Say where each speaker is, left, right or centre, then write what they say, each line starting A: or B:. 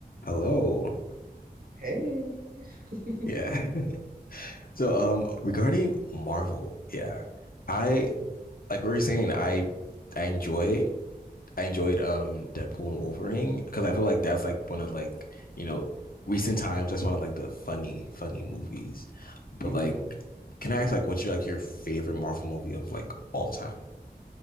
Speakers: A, on the left (about 60°); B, on the right (about 65°).
A: Hello.
B: Hey. <laughs>
A: Yeah. <laughs> So, um, regarding Marvel, yeah, I
B: hmm
A: like we were saying, I I enjoy I enjoyed um Deadpool and Wolverine because I feel like that's like one of like you know recent times that's one of like the funny funny movies. But
B: hmm
A: like, can I ask like what's your like your favorite Marvel movie of like all time?